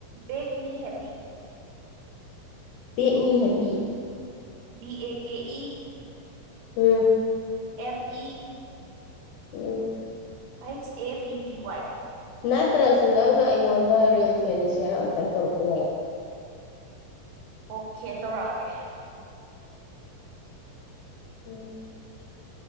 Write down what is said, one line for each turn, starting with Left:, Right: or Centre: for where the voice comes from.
Right: bake me happy
Left: bake me happy
Right: B A K E
Left: um
Right: M E
Left: um
Right: H A P P Y
Left: ꯅꯠꯇ꯭ꯔꯁꯨ ꯅꯪꯅ ꯑꯩꯉꯣꯟꯗ ꯔꯤꯜꯁ ꯑꯣꯏꯅ ꯁꯤꯌꯥꯔ ꯑꯃꯇꯪ ꯇꯧꯔꯛꯄ ꯌꯥꯏ
Right: ꯑꯣꯀꯦ ꯇꯧꯔꯛꯑꯒꯦ
Left: ꯎꯝ